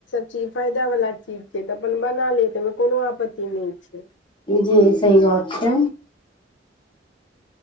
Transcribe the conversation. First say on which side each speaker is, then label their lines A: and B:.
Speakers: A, on the left (about 85°); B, on the left (about 25°).
A: इ चीज फायदा वला चीज छै तऽ अपन बना ले तहिमे कोनो आपत्ति नहि छै
B: जी सही बात छै